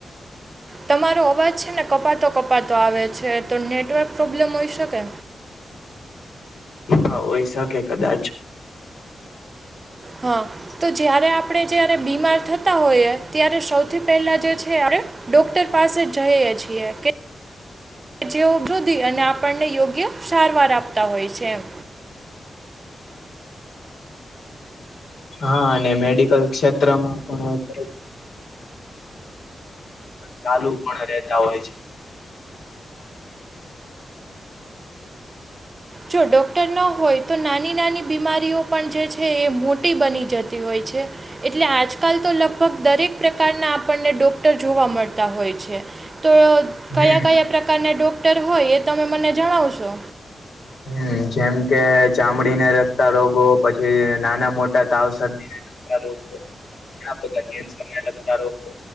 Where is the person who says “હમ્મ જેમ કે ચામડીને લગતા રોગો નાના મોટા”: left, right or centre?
Left